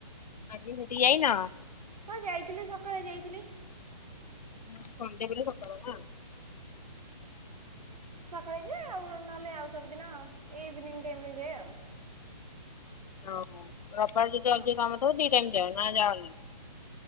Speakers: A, on the left; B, on the right.
A: ଆଜି ସେଠି କି ଯାଇନ?
B: ହଁ ଯାଇଥିଲି ସକାଳେ ଯାଇଥିଲି।
A: ଉଁ ସଣ୍ଡେ ବୋଲି ସକାଳୁ ନା।
B: ଖେଳ ଆଉ ନହେଲେ ଆଉ ସବୁଦିନଇନି ଯାଏ ଆଉ।
A: ଓହୋ ରବିବାର ଯଦି
B: ହଁ
A: ଅଉ କାମ ଦି ଟାଇ ଯାାଉ ନା ଯାଲେ।